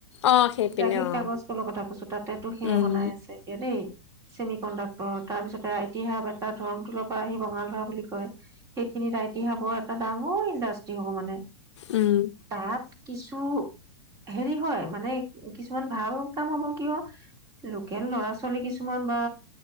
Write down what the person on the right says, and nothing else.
জাগীৰ
কাগজ কলৰ কথা কৈছো তাতে তো সেয়া
বনাই আছে এতিয়া নে? চেমি কণ্ডাক্টৰ তাৰ পিছতে আই টি হাব এটা ধৰমটোলৰ পৰা আহি বঙাল ধৰা বুলি কয় সেইখিনিত আই টি হাবৰ এটা ডাঙৰ ইণ্ডাষ্ট্ৰি হ'ব মানে।
তাত কিছু হেৰি হয় মানে কিছুমান ভাল কাম হ'ব কিয় লোকেল ল'ৰা ছোৱালী কিছুমান বা